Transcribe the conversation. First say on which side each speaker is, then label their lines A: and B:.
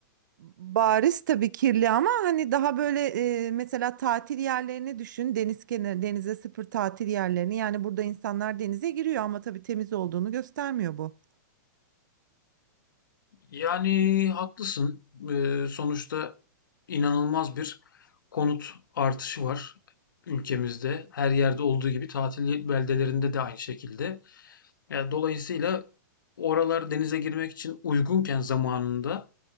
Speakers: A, on the right; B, on the left.
A: Bariz tabii kirli ama hani daha böyle e, mesela tatil yerlerini düşün. Deniz kenarı, denize sıfır tatil yerlerini. Yani burada insanlar denize giriyor ama tabii temiz olduğunu göstermiyor bu.
B: yani haklısın. Eee, sonuçta inanılmaz bir konut artışı var ülkemizde. Her yerde olduğu gibi tatil beldelerinde de aynı şekilde. Yani dolayısıyla oralar denize girmek için uygunken zamanında